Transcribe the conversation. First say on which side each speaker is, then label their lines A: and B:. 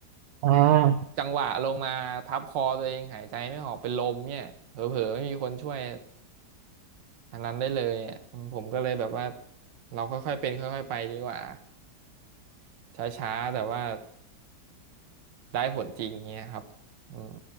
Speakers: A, on the right; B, on the right.
A: อ่า
B: จังหวะลงมาทับคอตัวเองหายใจไม่ออกเป็นลมเนี่ยเผลอๆไม่มีคนช่วยอันนั้นได้เลยอ่ะอืมผมก็เลยแบบว่าเราค่อยๆเป็นค่อยๆไปดีกว่าช้าๆแต่ว่าได้ผลจริงเงี้ยครับอืม